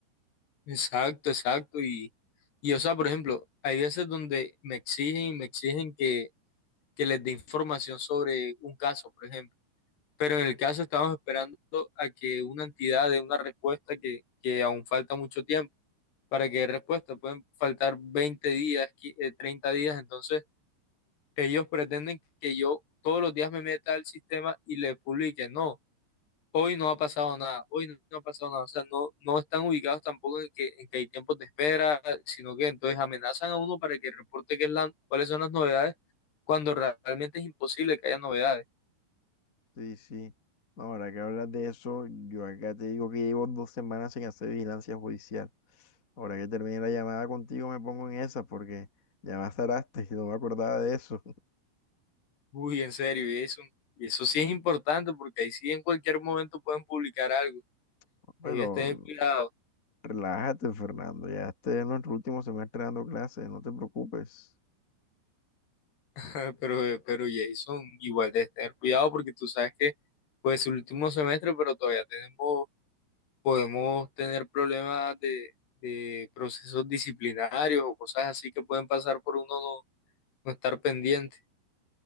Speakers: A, on the left; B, on the left.
A: Exacto, exacto. Y, y, o sea, por ejemplo, hay veces donde me exigen y me exigen que, que les dé información sobre un caso, por ejemplo. Pero en el caso estamos esperando a que una entidad dé una respuesta que, que aún falta mucho tiempo para que dé respuesta. Pueden faltar 20 días, qui- eh, 30 días. Entonces, ellos pretenden que yo todos los días me meta al sistema y les publique. No. Hoy no ha pasado nada, hoy no, no ha pasado nada, o sea, no, no están ubicados tampoco en que, en que hay tiempos de espera, sino que entonces amenazan a uno para que reporte qué es la- cuáles son las novedades, cuando realmente es imposible que haya novedades.
B: Sí, sí. No, Ahora que hablas de eso, yo acá te digo que llevo dos semanas sin hacer vigilancia judicial. Ahora que termine la llamada contigo me pongo en esa porque ya me azaraste <laughs> y no me acordaba de eso.
A: Uy, en serio, y eso, y eso sí es importante, porque ahí sí en cualquier momento pueden publicar algo,
B: <laughs> Pero
A: ahí debes tener cuidado,
B: relájate, Fernando. Ya este es nuestro último semestre dando clases, no te preocupes.
A: <laughs> pero, eh, pero Jason, igual debes tener cuidado porque tú sabes que pues el último semestre, pero todavía tenemos podemos tener problemas de, de procesos disciplinarios o cosas así que pueden pasar por uno no, no estar pendiente.